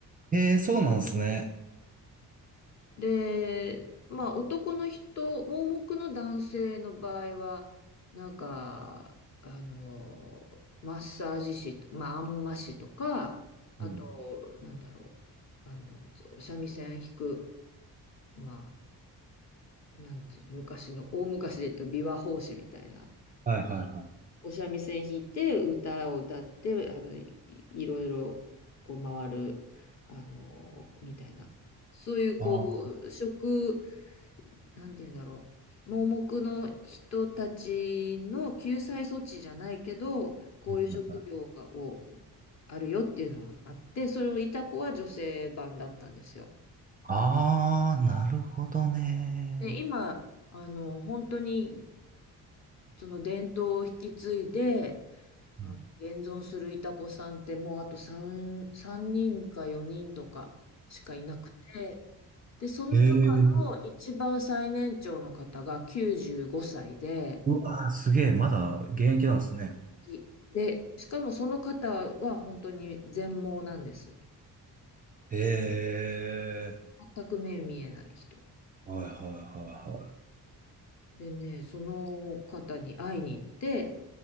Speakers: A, on the right; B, on the left.
A: ええ、そうなんですね。
B: で、まあ男の人、盲目の男性の場合は、なんか、あの、マッサージ師、まあ、あんま師とか、あと、
A: うん
B: なんだろう、あの、お三味線弾く、まあ、なんていうの、昔の、大昔で言うと琵琶法師みたいな、
A: はいはいはい。
B: お三味線弾いて、歌を歌って、あの、い、いろいろ、こう回る、あの、みたいな、そういう、こう、
A: あーは
B: 職、なんて言うんだろう。盲目の人たちの救済措置じゃないけど、こういう職業が、
A: いはい
B: をあるよっていうのがあって、それをいた子は女性版だったんですよ。
A: あー、なるほどね。
B: で、今、あの、本当にその伝統を引き継いで、
A: うん
B: あ現存するいた子さんってもうあと3、3人か4人とかしかいなくて、で、その中の一番最年長の方が95歳で、
A: へえ。うわー、すげえ、まだ現役なんですね。
B: き。で、しかもその方は本当に全盲なんです。
A: へえ、
B: 全く目見えない人。
A: はいはいはいは
B: でね、その方に会いに行って、